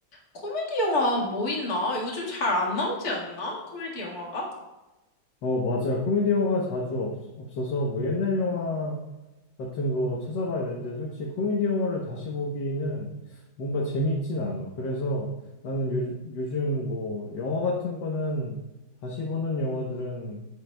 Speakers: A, on the left (about 50°); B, on the left (about 65°).
A: 코미디 영화 뭐 있나? 요즘 잘 안 나오지 않나? 코미디 영화가?
B: 어, 맞아. 코미디 영화가 자주 없, 없어서 뭐 옛날 영화 같은 거 찾아봐야 되는데 솔직히 코미디 영화를 다시 보기는 뭔가 재밌진 않아. 그래서 나는 요, 요즘 뭐 영화 같은 거는 다시 보는 영화들은